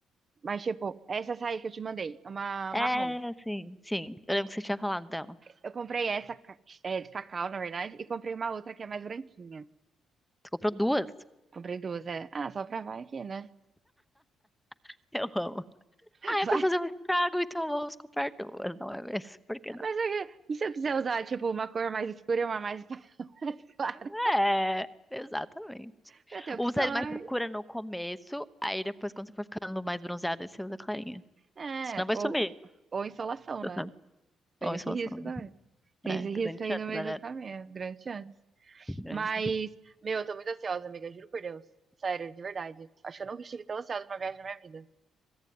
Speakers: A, on the right; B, in the centre.
A: Mas, tipo, é essa saia que eu te mandei. é Uma
B: É,
A: marrom.
B: sim, sim. Eu lembro que você tinha falado dela.
A: Eu comprei essa ca- é, de cacau, na verdade, e comprei uma outra que é mais branquinha.
B: Você comprou duas?
A: Comprei duas, é. Ah, só pra vai aqui, né?
B: <laughs> Eu amo.
A: <laughs>
B: Ah, é
A: Vai.
B: pra fazer um estrago, então vamos comprar duas, não é mesmo? Por que não?
A: Mas é que- e se eu quiser usar, tipo, uma cor mais escura e uma mais, <laughs> mais clara?
B: É, exatamente.
A: Pra ter opções.
B: Usa mais escura no começo, aí depois, quando você for ficando mais bronzeada, aí você usa clarinha.
A: É,
B: Senão vai sumir.
A: ou, ou insolação,
B: Uhum.
A: né? Tem
B: Ou
A: esse
B: isso, vai
A: risco
B: sumir.
A: também. Tem
B: é,
A: esse risco
B: grande
A: aí
B: chance,
A: no meio
B: galera.
A: do caminho, grande chance.
B: grande
A: Mas, meu, eu tô muito ansiosa, amiga, juro por Deus. Sério, de verdade. Acho que eu nunca estive tão ansiosa pra uma viagem na minha vida.